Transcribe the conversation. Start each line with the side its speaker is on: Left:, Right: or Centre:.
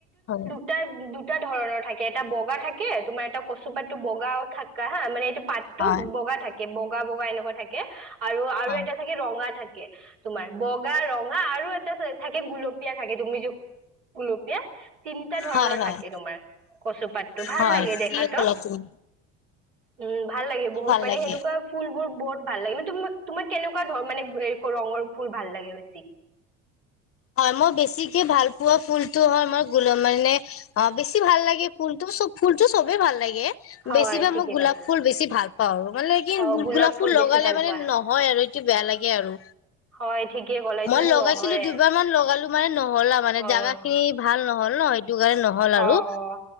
Left: হয়।
Right: দুটা-দুটা ধৰণৰ থাকে এটা বগা থাকে, তোমাৰ এটা কচুপাতটো বগাও থাককা হা মানে এইটো পাত <unintelligible>
Left: হয়
Right: বগা থাকে বগা বগা এনেকুৱা থাকে আৰু
Left: হয়
Right: এটা থাকে ৰঙা থাকে, তোমাৰ বগা ৰঙা আৰু এটা থাকে গুলপীয়া থাকে তুমি য গুলপীয়া তিনিটা ধৰণৰ
Left: হয় হয়
Right: থাকে তোমাৰ কচুপাতটো ভাল
Left: হয়
Right: লাগে দেখাতো।
Left: ঠিক ক'লা তুমি
Right: উম, ভাল লাগে বহুত
Left: ভাল
Right: মানে
Left: লাগে।
Right: সেনেকুৱা ফুলবোৰ বহুত ভাল লাগে মানে তাক তোমাক কেনেকুৱা ধৰ মানে ৰঙৰ ফুল ভাল লাগে বেছি?
Left: হয় মই বেছিকে ভাল পোৱা ফুলটো হয় আমাৰ গুল মানে অ', বেছি ভাল লাগে ফুলতো, ফুলটো সবে ভাল লাগে
Right: হয়
Left: বেছি বা
Right: ঠিকে
Left: মই গোলাপ
Right: ক'লা
Left: ফুল বেছি ভাল পাও আৰু মানে কি
Right: অ
Left: গোলাপ ফুল
Right: বেছি
Left: লগালে
Right: ভাল
Left: মানে
Right: পোৱা
Left: নহয় আৰু কি বেয়া লাগে আৰু।
Right: হয় ঠিকে গ'লে এইতোটো
Left: মই লগাইছিলো
Right: নহয়ে।
Left: দুবাৰ মান লগালো মানে নহলা মানে
Right: অ',
Left: জাগা খিনি ভাল নহ'ল ন সেইটো কাৰণে নহ নহ'ল আৰু
Right: অ', অ',